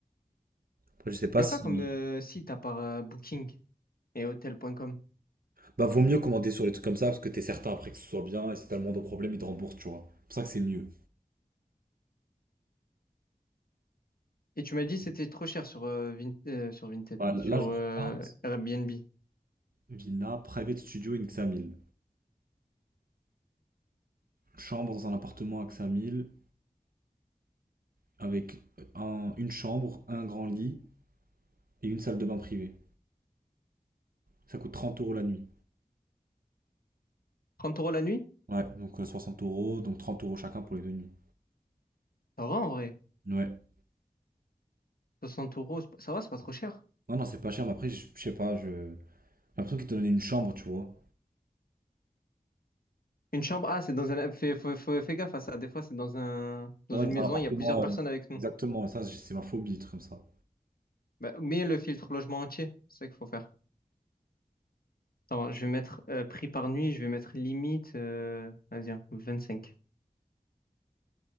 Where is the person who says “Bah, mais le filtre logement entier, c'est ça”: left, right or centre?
Left